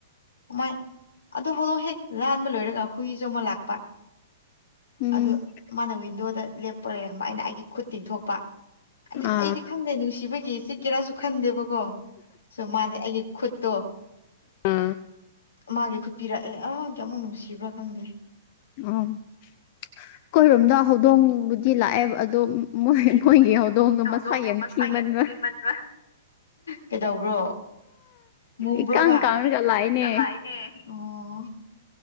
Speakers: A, on the left; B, on the left.
A: ꯃꯃꯥꯏ ꯑꯣ ꯍꯗꯣꯡ ꯍꯦꯛ ꯂꯥꯟꯕ ꯂꯣꯏꯔꯒ ꯍꯨꯏꯁꯨ ꯑꯃ ꯂꯥꯛꯄ
B: ꯎꯝ
A: ꯑꯗꯨ ꯃꯥꯅ ꯋꯤꯟꯗꯣꯗ ꯂꯦꯞꯄ ꯂꯩꯔꯝꯕ ꯑꯩꯅ ꯑꯩꯒꯤ ꯈꯨꯠ ꯇꯤꯡꯊꯣꯛꯄ ꯑꯗꯨ
B: ꯑꯥ
A: ꯑꯩꯗꯤ ꯈꯪꯗꯦ ꯅꯨꯡꯁꯤꯕꯒꯤ ꯆꯤ ꯀꯦꯔꯥꯁꯨ ꯈꯟꯗꯦꯕ ꯀꯣ ꯁꯣ ꯃꯥꯁꯦ ꯑꯩꯒꯤ ꯈꯨꯠꯇꯣ
B: ꯑꯥ
A: ꯃꯥꯒꯤ ꯈꯨꯠ ꯄꯤꯔꯛꯑꯦ ꯑ ꯀꯦꯃꯣ ꯎꯁꯤꯕ꯭ꯔ ꯈꯥꯟꯗꯦ
B: ꯎꯝ ꯑꯩꯈꯣꯏꯔꯣꯝꯗ ꯍꯧꯗꯣꯡꯕꯨꯗꯤ ꯂꯥꯛꯑꯦꯕ ꯑꯗꯣ ꯃꯣꯏꯣꯏꯒꯤ ꯍꯧ ꯗꯉ
A: ꯍꯧꯗꯣꯡꯗꯣ
B: ꯃꯁꯥꯏꯦꯝ
A: ꯃꯁꯛ
B: ꯊꯤ ꯃꯕ
A: ꯌꯥꯝ ꯊꯤꯃꯟꯕ ꯀꯩꯗꯧꯕ꯭ꯔꯣ ꯃꯨꯕ꯭ꯔꯣꯕ
B: ꯏꯀꯪ ꯀꯪꯔꯒ ꯂꯥꯛꯏꯅꯦ
A: ꯂꯥꯛꯅꯦ ꯑꯣ ꯑꯣ